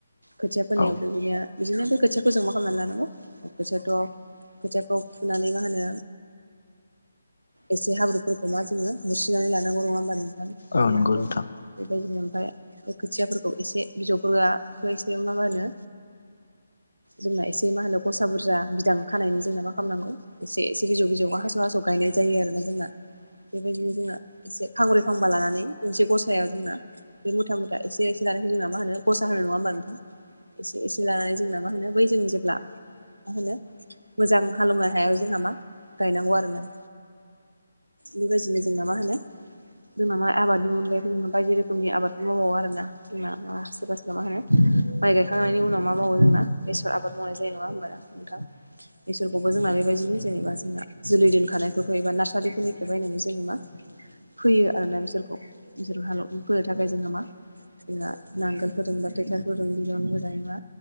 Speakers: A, on the right; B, on the left.
A: खोथिया फोनायावबो
B: औ
A: बिदिनो बिदिनो खोथियाखौ जों मा खालामनानै लानांगौ खोथियाथ' खोथियाखौ फुनानै मा होनो एसे हाब्रु फोरखौ मा जोङो बुसि्रिनानै लानांगौ नङा होमबा नोंथां जोंना
B: औ नंगौ नोंथां
A: बेबायदिनो ओमफ्राय खोथियाफोरखौ एसे बिजौफोराआथ' एसे मा मा होनो? जोंना एसे मा होनो दसा बुरजा बिदां खानायनि जोंना मा खालामनांगौ एसे एसे बिजौ बिजौ हास' हास' गायनाय जायो आरो जोंना बेबायदिनो जोंहा एसे फांब्रै फांबा लानानै मोनसे गसायाव जोंना बे मुथा मुथा एसे एसे लानायखौ जोंना मा होनो गससा होनो नङा होमबा नोंथां? एसे एसे लानानै जोंना मा होनो बै जों जेब्ला मा होनो मोजां हालेवनो हायाव जोंहा मा गायनांगौ आरो ना। बेबायदिनो जोंना मा होनो जोंना मा आबादनि अनगायैबो जों बायदि रोखोमनि आबादखौ मावबावो आरोना। जोंना माबा सोरबा सोरबा मा होनो माइ गायखांनायनि उनाव मा मावो जोंना बेसर आबाद मावनाय जानाय नङा होनोमबा नोंथां बेसरखौबो जोंना बेबायदिनो जेनेबा जोंना जोलै दोनखानायफोरखौ एबा नार्सारिफोरनिफ्राय बायनानै जोङो मा फैयो आरोना बिसोरखौ जसर हाल फोनो थाखाय जोङो मा जोंहा नांगोल फोरोंबा टटार फोरों बिबनो मोजानाय नङा